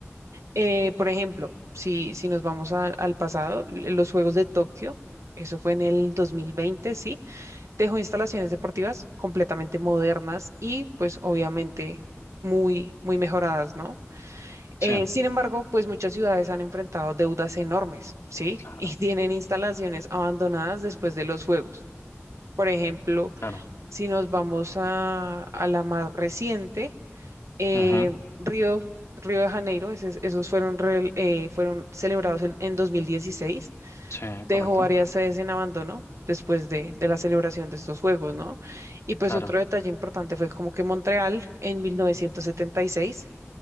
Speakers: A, on the right; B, on the left.
A: Eh, por ejemplo, si, si nos vamos a- al pasado, l- los Juegos de Tokio, eso fue en el 2020, ¿sí? Dejó instalaciones deportivas completamente modernas y pues obviamente muy, muy mejoradas, ¿no? Eh,
B: sí,
A: sin embargo, pues muchas ciudades han enfrentado deudas enormes, ¿sí?
B: claro,
A: <laughs> Y tienen instalaciones abandonadas después de los fuegos. Por ejemplo,
B: claro.
A: si nos vamos a, a la más reciente, eh,
B: Ujú,
A: Río, Río de Janeiro, ese- esos fueron, rel- eh, fueron celebrados el- en 2016
B: Sí,
A: dejó
B: correcto,
A: varias sedes en abandono después de, de la celebración de estos juegos, ¿no? Y pues
B: claro.
A: otro detalle importante fue como que Montreal en 1976